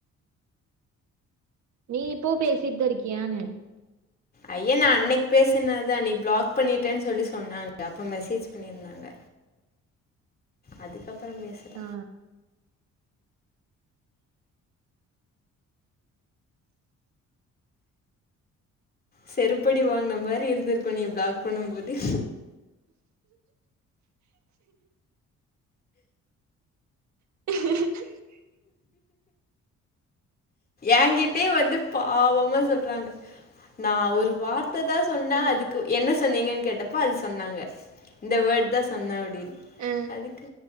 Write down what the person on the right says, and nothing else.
நீ இப்பவு பேசிட்டுதா இருக்கியான்னு.
ஆ
<inaudible>
ம்,
ஆ.